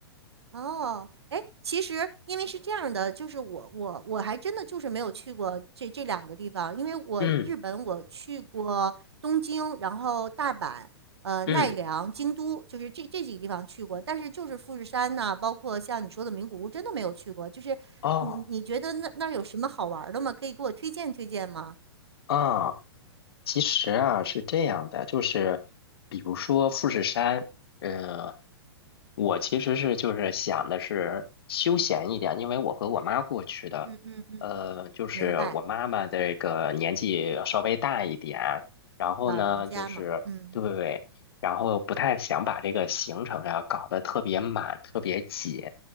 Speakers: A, on the right; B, on the left.
A: 哦，哎，其实因为是这样的，就是我我我还真的就是没有去过这这两个地方，因为我日本我去过东京，
B: 嗯
A: 然后大阪、呃奈良、
B: 嗯，
A: 京都，就是这这几个地方去过，但是就是富士山呐、包括像你说的名古屋，真的没有去过。就是你你觉得那那儿有什么好玩儿的吗？
B: 哦，
A: 可以给我推荐推荐吗？
B: 啊，其实啊，是这样的，就是比如说富士山，呃，我其实是就是想的是休闲一点，因为我和我妈过去的，
A: 嗯嗯嗯，
B: 呃，就是我妈妈这个年纪稍微大一点，
A: 明白，
B: 然后呢，
A: 老人家嘛，
B: 就是对，
A: 嗯，
B: 然后不太想把这个行程啊搞得特别满，特别紧，